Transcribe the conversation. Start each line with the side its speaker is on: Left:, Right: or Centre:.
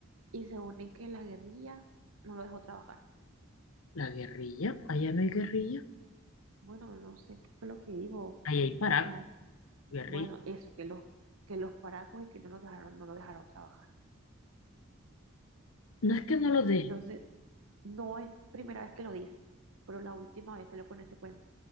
Right: y se une que la guerrilla no lo dejó trabajar.
Left: La guerrilla, allá no hay guerrilla,
Right: Bueno, no sé qué fue lo que dijo. O
Left: allá hay paraco,
Right: sea,
Left: guerrilla.
Right: bueno, eso, que los, que los paracos y que no los dejaron, no lo dejaron trabajar.
Left: No es que no lo dejen,
Right: Entonces, no es primera vez que lo dice, pero la última vez salió con ese cuento.